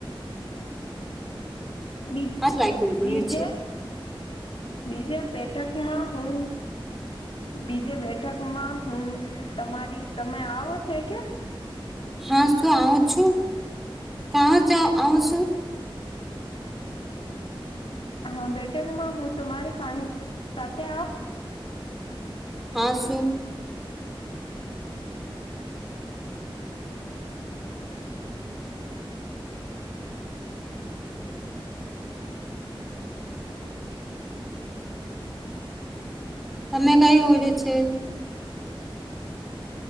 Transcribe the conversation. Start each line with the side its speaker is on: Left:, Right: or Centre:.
Left: બ
Centre: આ લાગ્યું બન્યું
Left: બીજે
Centre: છે
Left: બીજે બેઠકમાં હું બીજે બેઠકમાં હું તમારી તમે આવો છે કે.
Centre: હા, શું આવઉ છું તં જ આવઉ છું?
Left: અ હા બેઠકમાં હું તુરે સાંગ સાથે આપ
Centre: હાસું? તમે કઈ હોય છે.